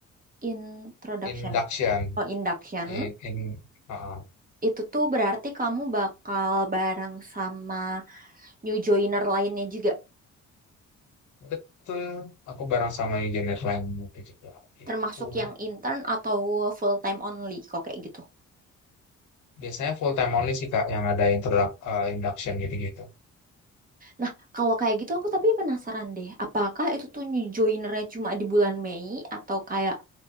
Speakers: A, on the right; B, on the left.
A: Introduction.
B: Induction.
A: Oh, induction.
B: In, in, uh,
A: Itu tuh berarti kamu bakal bareng sama new joiner lainnya juga.
B: betul. Aku bareng sama engineer lain Itu juga. Gitu.
A: Termasuk yang intern atau full time only, kok kayak gitu.
B: Biasanya full time only sih, Kak, yang ada introduc uh, induction gitu-gitu.
A: Nah, kalau kayak gitu aku tapi penasaran deh, apakah itu tuh new joinernya cuma di bulan Mei atau kayak